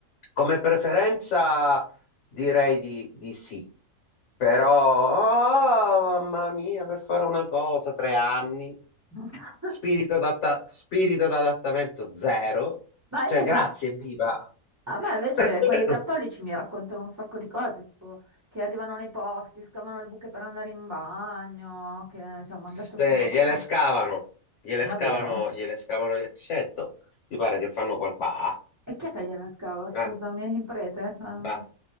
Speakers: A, on the left; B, on the right.
A: come preferenza direi di, di sì, però, oh, mamma mia, per fare una cosa, tre anni,
B: <laughs>
A: spirito d'adatta- spirito d'adattamento zero,
B: Ma
A: cioè
B: invece...
A: grazie,
B: no.
A: viva.
B: A me invece
A: <coughs>
B: quelli cattolici mi raccontano un sacco di cose, tipo che arrivano nei posti, scavano le buche per andare in bagno, che cioè, mi
A: Se
B: hanno detto sta roba
A: gliele
B: qua.
A: scavano, gliele
B: Davvero?
A: scavano, gliele scavano, gli- certo, ti pare che fanno qual... Bah,
B: E chi è che gliela scava? Scusami,
A: eh,
B: il prete? Ah,
A: bah.